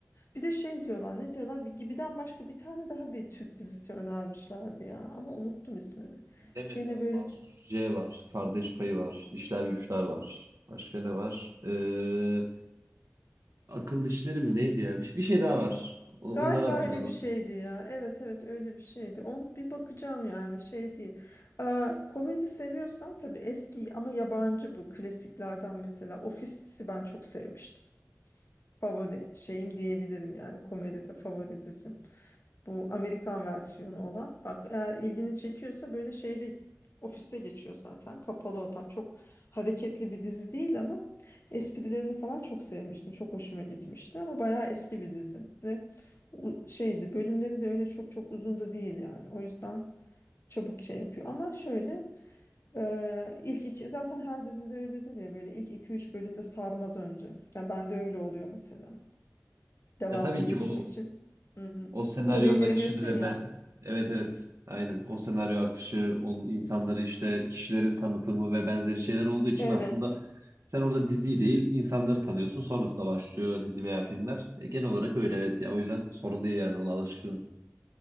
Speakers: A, on the left; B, on the right.
A: Bir de şey diyorlar ne diyorlar bir Gibi'den başka bir tane daha bir Türk dizisi önermişlerdi ya ama unuttum ismini.
B: Ne mesela
A: Gene böyle
B: Mahsus
A: ku-
B: J var. Kardeş payı var. İşler güçler var. Başka ne var? Ee, akıl işleri mi neydi ya? Bir, bir şey daha var. O-
A: galiba
B: onları hatırladım.
A: öyle bir şeydi ya evet evet öyle bir şeydi onu bir bakacağım yani şey değil. Aa, komedi seviyorsan tabii eski ama yabancı bu klasiklerden mesela Office'i ben çok sevmiştim. Favori şeyim diyebilirim yani komedide favori dizim. Bu Amerikan versiyonu olan. Bak eğer ilgini çekiyorsa böyle şeyde ofiste geçiyor zaten. Kapalı ortam. Çok hareketli bir dizi değil ama esprilerini falan çok sevmiştim. Çok hoşuma gitmişti ama bayağı eski bir dizi. Ve u- şeydi bölümleri de öyle çok çok uzun da değil yani. O yüzden çabuk şey yapıyor. Ama şöyle e, ilk iki zaten her dizide öyledir ya böyle ilk iki üç bölümde sarmaz önce. Yani bende öyle oluyor mesela. Devamını
B: Ya tabii
A: getirmek
B: ki o
A: için. hmm,
B: O senaryonun
A: konuya giremiyorsun
B: akışını ve
A: ya.
B: ben evet evet aynen o senaryo akışı onun insanları işte kişilerin tanıtımı ve benzeri şeyler olduğu için
A: Evet,
B: aslında sen orada diziyi değil insanları tanıyorsun sonrasında başlıyor dizi veya filmler. E, genel olarak öyle evet ya o yüzden sorun değil yani ona alışkınız.